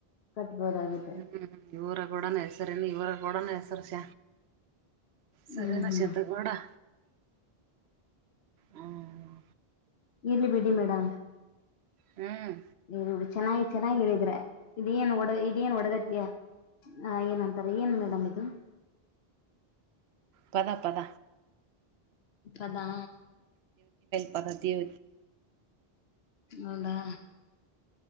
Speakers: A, on the left; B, on the right.
A: ಕಟ್ಬೋದಾಗಿತ್ತು
B: ಹ್ಮ್ ಇವರ ಗೊಡನ ಹೆಸರೇನು ಇವರ ಕೂಡನ ಹೆಸರು ಸ ಸರಿ
A: ಹ್ಮ್
B: ನಶೆತ್
A: ಹ್ಮ್
B: ಕೋಡಾ ಹ್ಮ್
A: ಇರ್ಲಿ ಬಿಡಿ ಮೇಡಮ್
B: ಹ್ಮ್
A: ನೋಡಿ ಚೆನ್ನಾಗಿ ಚೆನ್ನಾಗಿ ಹೇಳಿದ್ರೆ ಇದು ಏನ್ ಓಡ ಒಡ್ದತ್ಯ ಆ ಏನ್ ಅಂತಾರೆ ಏನ್ ಮೇಡಮ್ ಇದು
B: ಪತ ಪತ
A: ಇಪ್ಪದಾ
B: ಪದತಿಯ
A: ಹೌದಾ